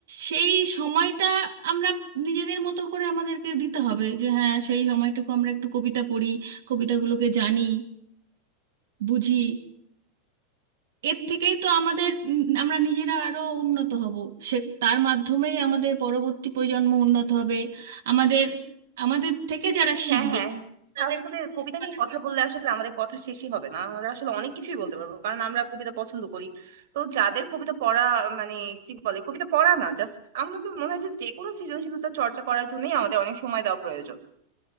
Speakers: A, on the right; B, on the right.
A: সেই সময়টা আমরা নিজেদের মতো করে আমাদেরকে দিতে হবে যে হ্যাঁ সেই সময়টুকু আমরা একটু কবিতা পড়ি কবিতাগুলোকে জানি বুঝি এর থেকেই তো আমাদের উম, আমরা নিজেরা আরো উন্নত হব সে তার মাধ্যমেই আমাদের পরবর্তী প্রজন্ম উন্নত হবে আমাদের আমাদের থেকে যারা শিখবে
B: হ্যাঁ হ্যাঁ
A: তাদেরকে
B: আসলে কবিতা
A: শেখাতে
B: নিয়ে কথা
A: পারবে।
B: বললে আসলে আমাদের কথা শেষই হবে না আমরা আসলে অনেক কিছুই বলতে পারবো কারণ আমরা কবিতা পছন্দ করি তো যাদের কবিতা পড়া মানে কি বলে কবিতা পড়া না জাস্ট আমাদের মনে হয় যে যে কোনো সৃজনশীলতা চর্চা করার জন্যই আমাদের অনেক সময় দেওয়া প্রয়োজন